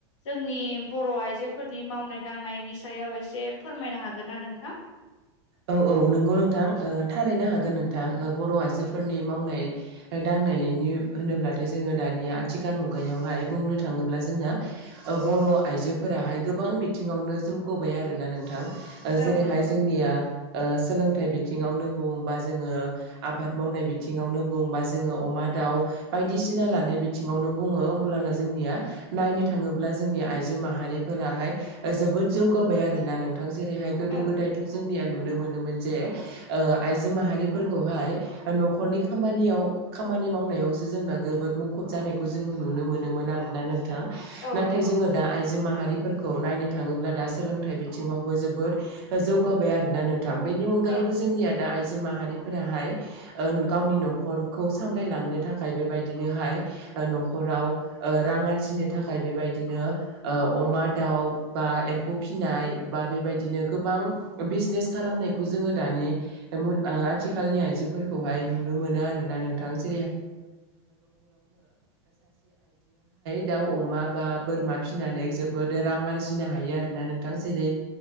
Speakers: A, on the left; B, on the right.
A: जोंनि बर' आइजोफोरनि मावनाय दांनायनि सायाव एसे एसे फोरमायनो हागोन ना नोंथां
B: औ औ नंगौ नोंथां थारैनो हागोन नोंथां बर' आइजोफोरनि मावनाय दांनायनि होनोब्लाथाय जोङो दानि आथिखाल मुगायाव हाय बुंनो थाङोब्ला जोंना बर' आइजोफोराहाय गोबां बिथिङावनो जौगाय आरोोना नों ां
A: औ
B: जेरैहाय
A: नंगौ
B: जोंनिया सोलोंथाइ बिथिङावनो बुं बा जोङो आबाद मावनाय बिथिङावनो बुंबा जोङो अमा ा दाउ बायदिसिना लानाय बिङावनो बुङो होमब्लाना जोंनिया नायनो थाङोब्ला जोंनि आइ आजो माहारिफोराहाय जोबोद जौगाबाय आरोोना नोंथां जेरैहाय गोदो
A: औ
B: गोदायथ' जोंनि नो मोनोमोन ज आइजो माहारिफोरखौहाय न'खरनि खामानियाव खामानि मावनायावसो जोंना जबोद मुखुब जानायखौ जोङो नुनो मोनोमोन आरोना नों
A: औ
B: नाथाय
A: नंगौ
B: जोङो
A: नोंथां
B: दा आइजो माहारि फोरखौ नायनो थाङोब्ला दा सोलोंथाइ बिथिङावबो जोबोद जौगाबाय आरोोना नों थां बेनि अनगायैबो
A: औ
B: जोंनिया दा आइजो माहारिफोराहाय गावनि न'खरखौ सामलायलांनो थाखाय बेबायदिनोहाय न'खराव रां आरजिनो थाखाय बेबायदिनो अमा दाउ बा एम्फौ फिसिनाय बा बेबायदिनो गोबां बिजनेस खालामनायखौ जोङो दानि आथिखालनि आइजोफोरखौहाय नुनो मोनो आरोना नोंथां ज दा बा बोरा माबा फिसिनानै जोबोद रां आरजिनो हायो आरोोना नोंथां जेरै